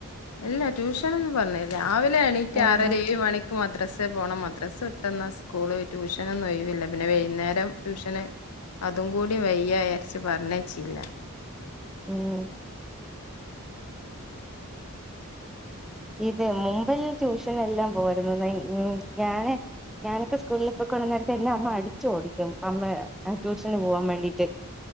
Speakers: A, on the left; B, in the centre.
A: അല്ല. ട്യൂഷൻ എന്ന് പറഞ്ഞ രാവിലെ എണീറ്റ്
B: ആഹ്
A: ആറര ഏഴ് മണി. ഇപ്പൊ മദ്രാസ പോണം മദ്രാസ് വിട്ടന്നാ സ്കൂള് ട്യൂഷനൊന്നും ഒഴിവില്ല പിന്നെ വൈന്നേരം ട്യൂഷന്. അതും കൂടി വയ്യയാരിച്ച പറഞ്ഞേച്ചില്ല
B: ഉം ഇത് മുമ്പിൽ ട്യൂഷൻ എല്ലാം പോയിരുന്നു ഞാന്. ഞാനൊക്കെ സ്കൂളിൽ പോയിക്കണ നേരത്തെ എന്റെ അമ്മ അടിച്ച് ഓടിക്കും അമ്മ. ആ ട്യൂഷന് പോവാൻ വേണ്ടിട്ട്